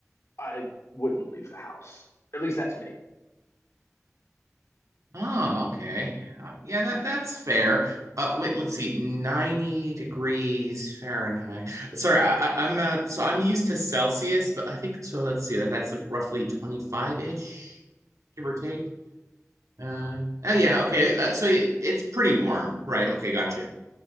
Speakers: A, on the left; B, on the right.
A: I wouldn't leave the house. At least that's me.
B: Oh, okay. Uh, yeah, that that's fair. Uh, wait, let's see. 90 degrees Fahrenheit. Sorry, I, I, I'm uh, so I'm used to Celsius, but I think so. Let's see. That that's like roughly 25-ish, give or take. Uh, oh yeah, okay. Uh, so it, it's pretty warm, right? Okay, gotcha.